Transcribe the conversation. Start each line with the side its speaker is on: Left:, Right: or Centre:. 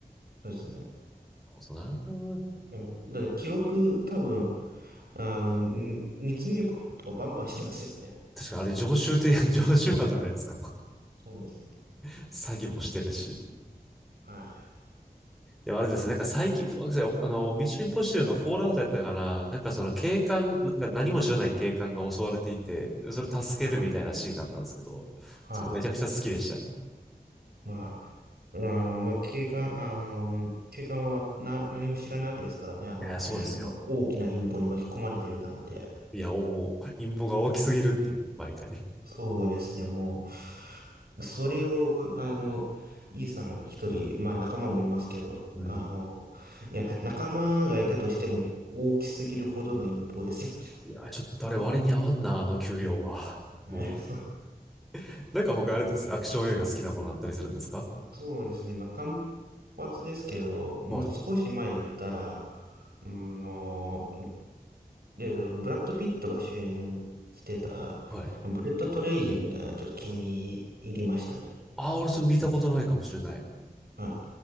Right: そうですね。
Centre: そうだな。
Right: うん、だって記録、多分、あの、ん密入国とかバンバンしてますよね。
Centre: 確かにあれ、常習って、<laughs> 常習犯じゃないですか。
Right: そうですね。
Centre: <laughs> 詐欺もしてるし。
Right: はい。
Centre: でもあれですね、なんか最近、あの、ミッションインポッシブルのフォールアウトやったかな、なんかその警官、なんか何も知らない警官が襲われていて、それを助けるみたいなシーンがあったんですけど、
Right: はい。は
Centre: そこめちゃくちゃ好きでしたね。
Right: い。まあ、あの、まあ、警官、あの、警官はな、何も知らないわけですからね。あの、
Centre: いや、そうですよ。
Right: あの大きな陰謀に巻き込まれているなんて。
Centre: いや、もう、陰謀が大きすぎるっていう、毎回。
Right: そうですね。もう、それを、あの、イさん一人、まあ仲間もいますけど、
Centre: うん。
Right: あの、いや、仲間がいたとしても大きすぎるほどの陰謀ですよ
Centre: いや、ちょっとあれ割に合わんな、あの給料は。
Right: ね。
Centre: も
Right: <laughs> はいそう
Centre: う、なんか他あれです。アクション映画好きなものあったりするんですか
Right: そうですね。まあ、単発ですけど、もう少し前に行ったら、
Centre: はい。
Right: うん、もう、で、ブラッド・ピットが主演してた、
Centre: はい。
Right: ブレット・トレインがちょっと気に入りましたね。
Centre: ああ、俺それ見たことないかもしれない。
Right: は